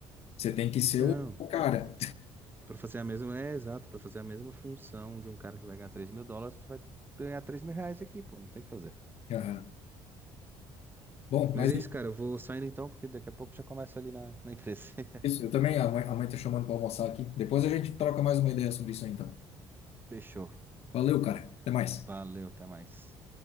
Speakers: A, on the left; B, on the right.
A: Você tem que ser
B: Não,
A: o o cara.
B: pra fazer a mesma, é exato, pra fazer a mesma função de um cara que vai ganhar três mil dólares, tu vai ganhar três mil reais aqui, pô, não tem o que fazer.
A: <laughs> Aham. Bom, mas
B: Mas é
A: é
B: isso, cara, eu vou saindo então, porque daqui a pouco já começa ali na, na empresa. <laughs>
A: isso. Eu também, a mãe, a mãe tá chamando para almoçar aqui. Depois a gente troca mais uma ideia sobre isso aí, então.
B: Fechou.
A: Valeu, cara. Até mais.
B: Valeu, até mais.